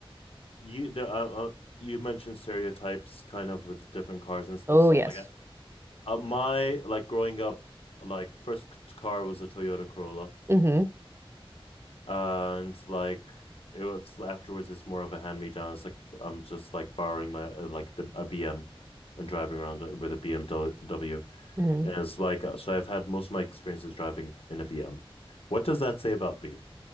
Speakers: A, on the left; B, on the right.
A: you there uh, uh, you mentioned stereotypes kind of with different cars and stu
B: Oh,
A: stuff
B: yes.
A: like that. Uh, my like growing up like first c- car was a Toyota Corolla.
B: hmm
A: Uh, and like it was afterwards, it's more of a hand-me-down. It's like I'm just like borrowing my uh, like the a BM and driving around with a BMW.
B: hmm
A: And it's like uh, so I've had most of my experiences driving in a BM. What does that say about me?